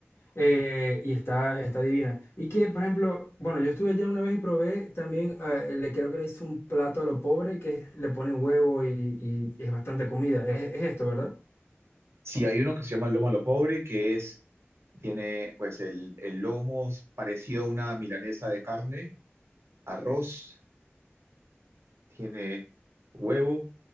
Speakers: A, on the left; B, on the right.
A: Eh, y está, está divina. Y que, por ejemplo, bueno, yo estuve allá una vez y probé también, eh, le creo que le hice un plato a lo pobre que es- le ponen huevo y, y es bastante comida. Es, es esto, ¿verdad?
B: Si hay uno que se llama lomo a lo pobre, que es, tiene pues el, el lomo es parecido a una milanesa de carne, arroz, tiene huevo